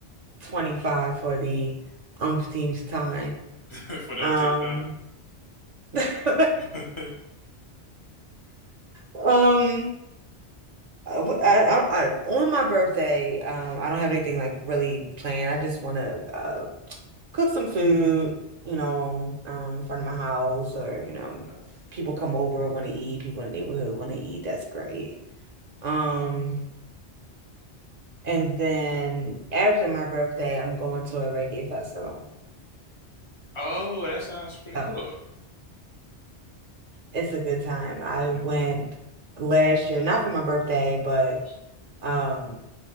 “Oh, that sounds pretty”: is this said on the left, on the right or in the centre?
Left